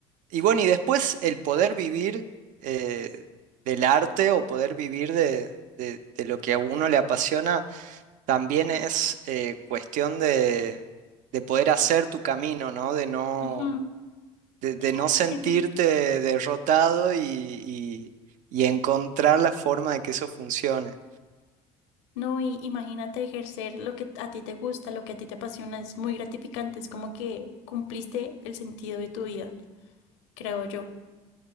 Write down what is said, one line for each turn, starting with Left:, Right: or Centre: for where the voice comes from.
Right: y bueno, y después el poder vivir eh, del arte o poder vivir de, de- de lo que a uno le apasiona, también es eh, cuestión de, de poder hacer tu camino, ¿no? De no
Left: ujú,
Right: de, de
Left: Es muy
Right: no sentirte
Left: gratificante.
Right: derrotado y, y- y encontrar la forma de que eso funcione.
Left: No, y imagínate ejercer lo que a ti te gusta, lo que a ti te apasiona, es muy gratificante, es como que cumpliste el sentido de tu vida, creo yo.